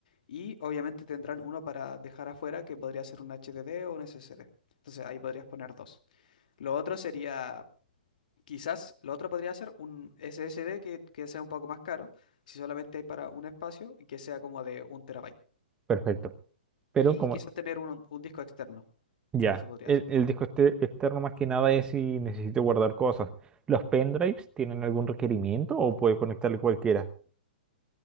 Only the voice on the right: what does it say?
perfecto. Pero
como,
ya,
el,
el disco este- externo más que nada es si necesito guardar cosas. ¿Los pendrives tienen algún requerimiento o puede conectarle cualquiera?